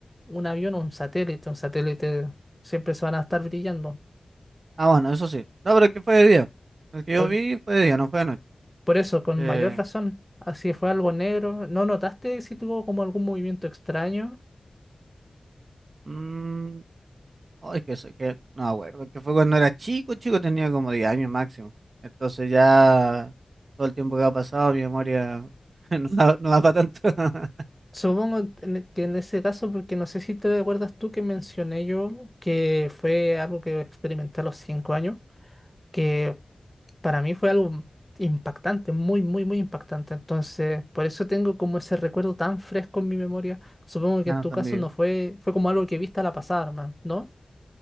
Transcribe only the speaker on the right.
Ah, bueno, eso sí. No, pero es que fue de día. El que
yo vi fue de día, no fue de noche.
Eh,
mm, oh, es que, sé que no me acuerdo, que fue cuando era chico, chico tenía como 10 años máximo. Entonces ya todo el tiempo que ha pasado, mi memoria <laughs> no da, no da para tanto. <laughs>
No,
también.